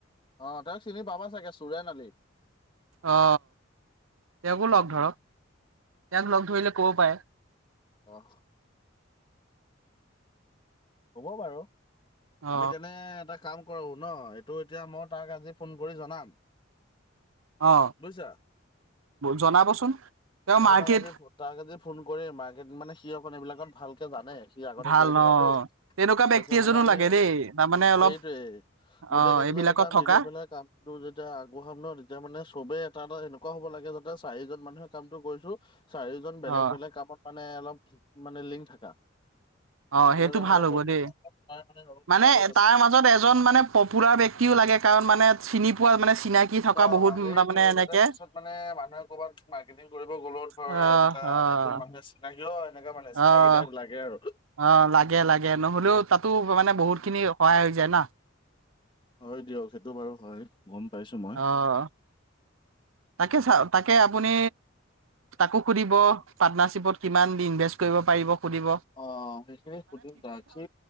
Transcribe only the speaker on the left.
অ তেওঁক চিনি পাবা চাগে চুৰেন আলি।
<inaudible> হ'ব বাৰু
আমি তেনে এটা কাম কৰো ন, এইটো এতিয়া মই তাক আজি ফোন কৰি জনাম।
বুজিছা।
মই
তাক আজি তাক আজি ফোন কৰি মাৰ্কেট মানে সি অক এইবিলাকত ভালকে জানে। সি আগতে
কৰি থকাাতটো,
তাৰপিছত
মানে আমি
সেইটোৱেই। গোটেই
কেইদনা
যেটা
মিলি পেলাই কাম যেতিয়া আগবঢ়াম ন তেতিয়া মানে চবে এটা এটা এনেকুৱা হ'ব লাগে যাতে চাৰিজন মানুহে কামটো কৰিছো চাৰিজন বেলেগ
বেলেগ কামত মানে অলপ মানে লিংক থাকা।
তেতিয়া
যেনেকে
কল্ড ড্ৰিংকচ
আছে
ন
হেৰিতয়ে
যাতে পিছত মানে মানুহে ক'ৰবাত মাৰ্কেটিং কৰিব গ'লেও ধৰ
এনেককাা
এইণ মানুহ আ চিনাকি অ এনেককাা মানে চিনাকি
টাইপ লাগে আৰু
হয় দিয়ক সেইটো বাৰু হয় গম পাইছো মই।
অ সেইখিনি সুধিম তখি